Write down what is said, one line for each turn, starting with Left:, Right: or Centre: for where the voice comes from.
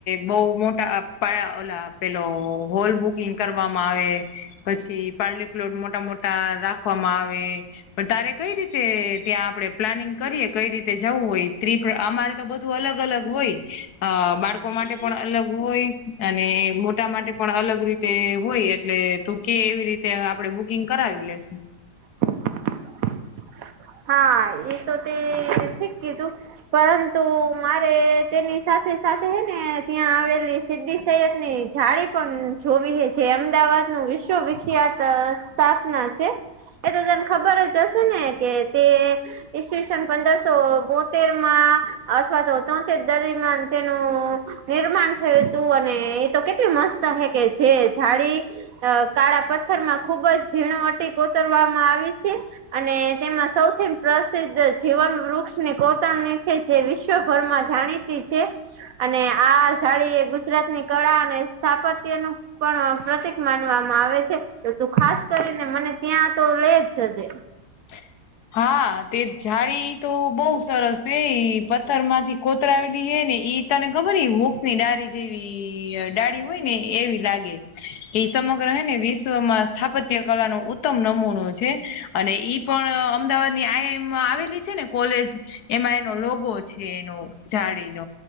Left: બહ મોટા ઓલા પેલો હોલ બુકિંગ કરવામાં આવે. પછી પારલી પ્લોટ મોટા મોટા રાખવામાં આવે. પણ તારે કઈ રીતે ત્યાં આપડે પ્લાનિંગ કરીએ કઈ રીતે જવું હોય ટ્રીપ અમારે તો બધું અલગ અલગ હોય. અ બાળકો માટે પણ અલગ હોય અને મોટા માટે પણ અલગ રીતે હોય એટલે ત કે એવી રીતે આપડે બુકિંગ કરાવી લેસ.
Right: <inaudible> હા એ તો તે ઠીક કીધું. પરંતુ મારે તેની સાથે સાથે હે ને ત્યાં આવેલી સિદ્ધી સહત ની જાળી પણ જોવી હ જે અમદાવાદ નું વિશ્વવિખ્યાત સફ ના છે, એ તો તને ખબર જ હશે ને કે તે ઈસવીસન પંદરસો બોતેર માં અશવાતત તધારમાંં તેનું નિર્માણ થયું હતું અને એ તો કેટલી મસ્ત હે કે જે જાડી. અ કાળા પથ્થર માં ખુબ જ ઝીણવટી કોતરવામાં આવી છે, અને તેમાં સૌથી પ્રસિદ્ધ જીવન વૃક્ષની ગતાણની છે જે વિશ્વભરમાં જાણીતી છે. અને આ જાડી એ ગુજરાતની કળા અને સ્થાપત્ય નું પણ પ્રતિક માનવામાં આવે છે, તો તું ખાસ કરીને મને ત્યાં તો લે જજે.
Left: <inaudible> હા તે જાડી તો બહુ સરસ છે પથ્થર માંથી કોતરાવેલી હે ને ઈ તને ખબર વોક્ષ ની ડાળારી જેવી ડાળી હોય ને એવી લાગે. એ સમગ્ર હ ને વિશ્વમાં સ્થાપત્ય કલા ન ઉત્તમ નમૂનો છે, અને ઈ પણ અમદાવાદની આઈમમાં આવેલી છે ને કોલેજ, એમાં એનો લોગો છે એનો. જાડી ન,